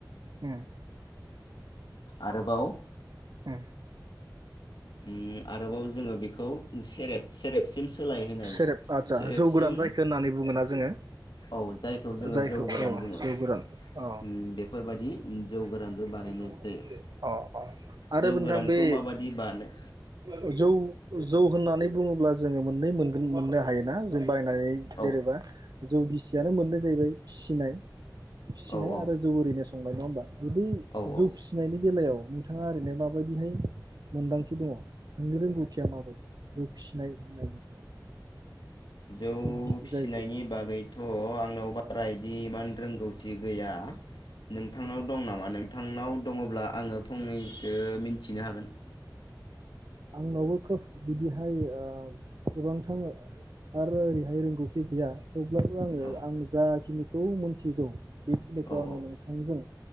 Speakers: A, on the right; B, on the left.
A: उम
B: आरोबाव
A: उम
B: उम आरोबावज जोङो बेखौ सेरेब सेरेबसिम सोलाय होनो हायो
A: सेरेब आदसा
B: सेरेबसिम
A: जौ गोरान जायखो होननानै बुङोना जोङो
B: औ जायखौ जोङो
A: जायखौ
B: जौ गोरान
A: औ
B: बुङो
A: जौ गोरान अ
B: उम बेफोरबायदि
A: <unintelligible>
B: जौ गोरानबो बानायनाय जायो
A: अ अ आरो
B: जौ
A: बोनथां
B: गोरानखौ
A: बे
B: माबायदि बानाय
A: ओ जौ जौ होननानै बुङोब्ला जोङो मोननै मोनगोन मोननो हायोना जों बायनाय
B: औ
A: जेरेबा जौगिसियानो मोननै जाहैबाय फिसिनाय फिसिनाय
B: औ औ
A: आरो जौ ओरैनो फंबाय नङा होमबा आरो बै
B: औ
A: जौ
B: औ
A: फिसिनायनि बेलायाव नोंथाङा ओरैनो माबायदिहाय मोनदांथि दङ' नोंनि रोंगौथिया माबायदि जौ फिसिनाय होननायनि सायाव
B: जौ
A: गिसि
B: फिसिनायनि
A: जायखौ औ
B: बागैथ' आंनाव बा ब्रायदि एमान रोंगौथि गैया नोंथांनाव दं नामा नों नोंथांनाव दङ'ब्ला आङो फंनैसो मिन्थिनो हागोन।
A: आंनावबो खोब बिदिहाय ओ गोबांथां आरो ओरैहाय रोंगौथि गैया थेवब्लाबो आङो
B: औ
A: आं जाखिनि खौ मोन्थिगौ बेखिनिखौ
B: औ
A: आङो
B: औ
A: नोंथांजों